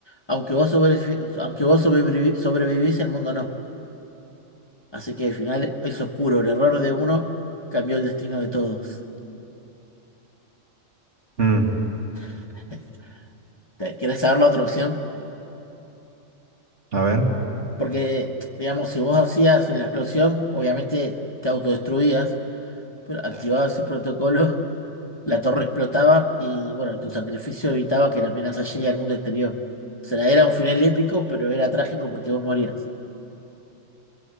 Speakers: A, on the left (about 20°); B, on the right (about 65°).
A: aunque vos, sobrevi- aunque vos sobrevivi- sobrevivís, el mundo no. Así que al final es oscuro, el error de uno cambió el destino de todos.
B: Mm,
A: <laughs> ¿Te- ¿Querés saber la otra opción?
B: a ver.
A: Porque, digamos, si vos hacías la explosión, obviamente te autodestruías, pero activabas el protocolo, <laughs> la torre explotaba y, bueno, tu sacrificio evitaba que la amenaza llegue al mundo exterior. O sea, era un final épico, pero era trágico porque vos morías.